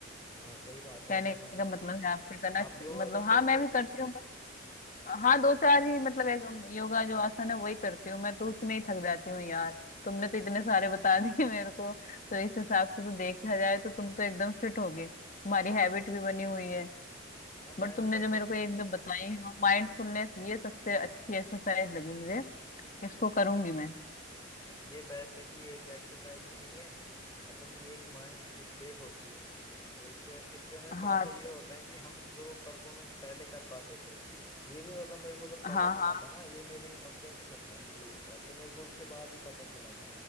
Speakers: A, on the left; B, on the left.
A: हाँ सही बात है
B: कहने
A: मतलब अगर
B: का मतलब है आपके करना
A: आप योगा
B: मतलब
A: करते
B: हाँ
A: हो
B: मैं
A: तो
B: भी
A: उससे
B: करती हूँ हाँ दो चार ही मतलब एक योगा जो आसन है वही करती हूँ मैं तो उसमें ही थक जाती हूँ यार तुमने तो इतने सारे बता <laughs> दिए मेरे को तो इस हिसाब से तो देखा जाए तो तुम तो एकदम फिट हो गए तुम्हारी हैबिट भी बनी हुई है
A: हाँ मैं
B: बट तुमने
A: भी मतलब
B: जो मेरे को एक जो बताई है माइंडफुलनेस ये सबसे अच्छी एक्सरसाइज लगी मुझे इसको करूंगी मैं
A: ये बेस्ट है कि ये एक एक्सरसाइज भी नहीं है मतलब ये एक माइंड की स्टेट होती है तो इससे इससे हमें
B: हाँ
A: फायदा ये होता है कि हम जो परफॉर्मेंस पहले कर पाते थे ये भी मतलब मेरे को जब
B: हाँ
A: पता चला
B: हाँ
A: था ना ये मेरे एक सब्जेक्ट में था इंक्लूड था तो मेरे को उसके बाद ही पता चला था